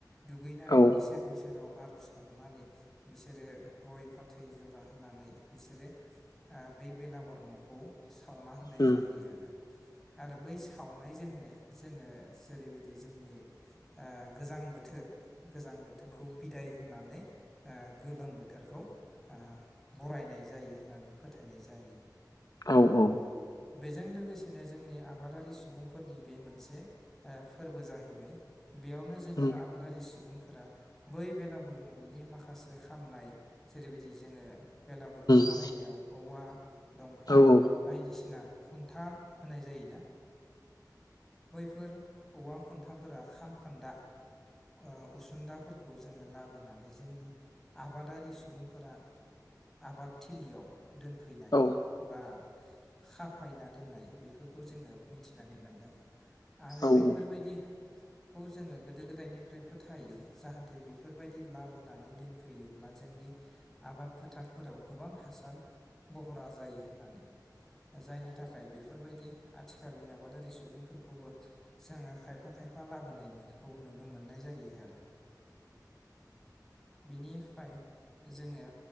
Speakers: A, in the centre; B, on the left (about 60°).
A: दुगैनानै
B: औ
A: इसोरनि सेराव आर'ज गाबनानै बिसोरो गय फाथै जरा होनानै बिसोरो बै बेलागर न'खौ सावना होनाय
B: उम
A: जायो आरो। आरो बै सावनायजोंनो जोङो जेरैबायदि जोंनि ओ गोजां बोथोर गोजां बोथोरखौ बिदाय होनानै ओ गोलोम बोथोरखौ ओ बरायनाय जायो होननानै फो थायनाय जायो।
B: औ औ।
A: बेजों लोगोसेनो जोंनि आबादारि सुबुंफोरनि बे मोनसे ओ फोरबो जाहैबाय। बेयावनो जोङो
B: उम
A: आबादारि सुबुंफोरा बै बेला गुर न'नि माखासे खामनाय जेरैबायदि जोङो बेलागुर न' बानायनायाव
B: उम
A: औवा दंफां
B: औ
A: बायदिसिना खुन्था होनाय जायोना? बैफोर औवा खुन्थाफोरा खाम खोन्दा ओ उसुदाफोरखौ जोङो लाबोनानै जोंनि आबादारि सुबुंफोरा आबाद थिलियाव दोनफैनाय
B: औ
A: बा खाफायना दोननाय बेफोरखौ जोङो मिनथिनानै मोनदों आरो
B: औ
A: बैफोरबायदि
B: औ
A: खौ जोङो गोदो गोदायनिफ्राय फोथायो जाहाथे बेफोरबायदि लाबोनानै दोनफैयोब्ला जोंनि आबाद फोथारफोराव गोबां हासार बहरा जायो होननानै जायनि थाखाय बेफोरबायदि आ थिखालनि आबादारि सुबुंफोरखौबो जोङो खायफा खायफा लाबोनायनोखौ नुनो मोननाय जायो आरो बिनिफाय जोङो